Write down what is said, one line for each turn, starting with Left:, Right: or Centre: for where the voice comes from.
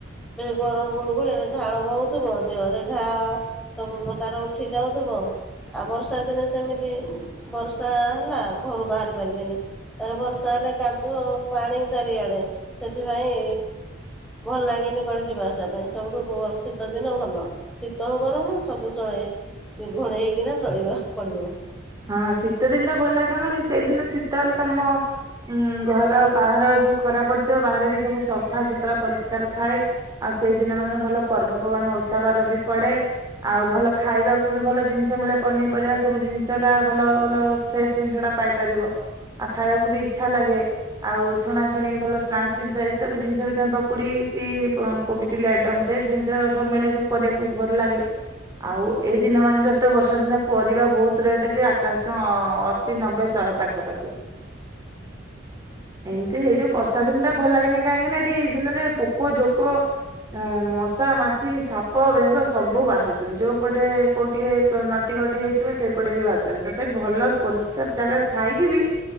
Centre: ଗରମ ଗୁଳୁ ଗୁଳିରେ ଝାଳ ବହୁଥିବ ଦେହରେ ଘା ସବୁ ପ୍ରକାର ଉଠି ଯାଉଥିବ। ଆଉ ବର୍ଷା ଦିନେ ସେମିତି ବର୍ଷା ହେଲା ଘରୁ ବାହାରି ପାରିବେନି। ତା ପରେ ବର୍ଷା ହେଲେ କାଦୁଅ ପାଣି ଚାରିଆଡ଼େ ସେଥିପାଇଁ ଭଲ ଲାଗେନି କୁଆଡେ ଯିବା ଆସିବା ପାଇଁ ସବୁଠୁ ଶୀତ ଦିନ ଭଲ। ଶୀତ ହଉ ବରଂ ସବୁ ଚଳେଇ ଘୋଡେଇ ହେଇକିନା ଚଳେଇବାକୁ ପଡିବ।
Right: ହଁ ଶୀତ ଦିନଟା ଭଲ କଣ କହ ସେଇଦିନ ଶୀତ ହେଲେ ତମ ଉଁ ଘର ବାହାର ସବୁ ଖରା ପଡିଥିବ ବାହାରେ ବି ସବୁ ସଫା ସୁତୁରା ପରିଷ୍କାର ଥାଏ। ଆଉ ସେଇଦିନ ମାନେଙ୍କ ଭଲ ପର୍ବ ପର୍ବାଣି ମାନେ ଓଷା ବାର ବି ପଡେ। ଆଉ ଭଲ ଖାଇବାକୁ ବି ଭଲ ଜିନିଷ ମିଳେ ପନିପରିବା ସବୁ ଜିନିଷ ଜିନିଷଟା ଭଲ ଭଲ ଫ୍ରେଶ ଜିନିଷଟା ପାଇପାରିବ ଆଉ ଖାଇବାକୁ ବି ଇଚ୍ଛା ଲାଗେ। ଆଉ ଛଣାଛଣି ଭଲ ସ୍ନାକ୍ସ ଜିନିଷ ଏସବୁ ଜିନିଷ ବି ତମେ ପକୁଡିି କି କୋବି ଚିଲ୍ଲି ଆଇଟମ ସେଇ ଜିନିଷ ସବୁ ମିଳେ ସବୁ କରିବାକୁ ଭଲ ଲାଗେ। ଆଉ ଏଇ ଦିନ ମାନଙ୍କରେ ତ ବର୍ଷା ଦିନ ପରିବା ବହୁତ ଏତେ ରେଟ ଯେ ଆକାଶ ଛୁଆଁ ଅଶି, ନବେ, ଶହେ ପାଖାପାଖି। ଏମିତି ସେ ଯୋଉ ବର୍ଷା ଦିନଟା ଭଲ ଲାଗେନି କାହିଁକି ନା ଏଠି ଏଇ ଦିନରେ ପୋକ ଜୋକ ହଁ ମଶା, ମାଛି, ସାପ, ବେଙ୍ଗ ସବୁ ବାହାରୁଛନ୍ତି ଯୋଉପଟେ କୋଉଠିକେ ନଟି କଟି ହେଇଥିବ ସେପଟେ ବି ବାହାରୁଛନ୍ତି ତଥାପି ଭଲ ପରିଷ୍କାର ଜାଗା ଥାଇକି ବି